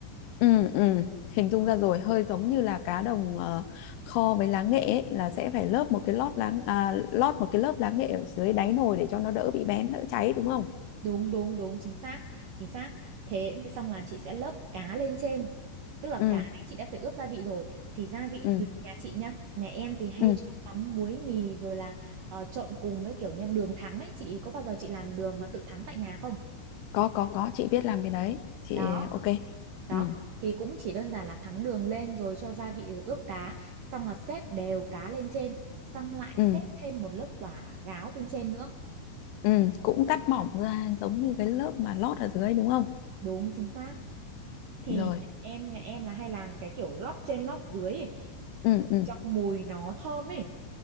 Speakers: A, on the left (about 80°); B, on the right (about 75°).
A: ừ ừ hình dung ra rồi hơi giống như là cá đồng ờ, kho với lá nghệ ấy, là sẽ phải lớp một cái lót lá à, lót một cái lớp lá nghệ ở dưới đáy nồi để cho nó đỡ bị bén đỡ cháy đúng không
B: đúng đúng đúng chính xác chính xác thế xong là chị sẽ lớp cá lên trên tức là
A: ừ
B: cá đấy chị đã phải ướp gia vị rồi thì gia vị
A: ừ
B: tùy nhà chị nhá nhà em thì hay
A: ừ
B: cho mắm muối mì rồi là ờ, trộn cùng với kiểu như đường thắng ấy chị có bao giờ chị làm đường mà tự thắng tại nhà không
A: có có có chị biết làm cái đấy chị
B: đó
A: ok
B: đó
A: ừ
B: thì cũng chỉ đơn giản là thắng đường lên rồi cho gia vị rồi ướp cá xong là xếp đều cá lên trên xong lại
A: ừ
B: xếp thêm một lớp quả gáo bên trên nữa
A: ừ cũng cắt mỏng ra giống như cái lớp mà lót ở dưới đúng không
B: đúng chính xác thì
A: rồi
B: em nhà em là hay làm cái kiểu lót trên lót dưới
A: ừ ừ
B: cho mùi nó thơm ấy